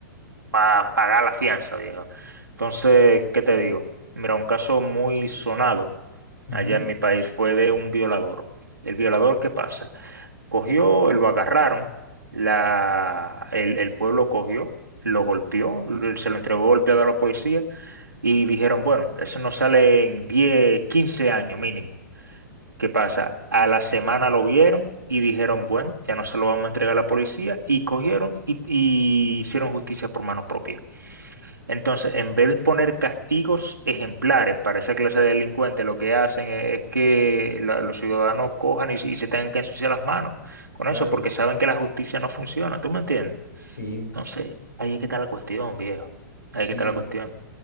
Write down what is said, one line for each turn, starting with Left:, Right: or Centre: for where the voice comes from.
Right: para pagar la fianza, viejo. Entonces, ¿qué te digo? Mira, un caso muy sonado
Left: ujú,
Right: allá en mi país fue de un violador. El violador, ¿qué pasa? Cogió, lo agarraron, la, el, el pueblo cogió, lo golpeó, lo- se lo entregó golpeado a la policía y dijeron, bueno, eso no sale en 10 15 años mínimo. ¿Qué pasa? A la semana lo vieron y dijeron, bueno, ya no se lo vamos a entregar a la policía y cogieron y, y hicieron justicia por mano propia. Entonces, en vez de poner castigos ejemplares para esa clase de delincuentes, lo que hacen e- es que la- los ciudadanos cojan y, y se tengan que ensuciar las manos con
Left: claro,
Right: eso, porque saben que la justicia no funciona, ¿tú me entiendes?
Left: sí,
Right: Entonces, ahí es que está la cuestión, viejo.
Left: sí.
Right: Ahí es que está la cuestión.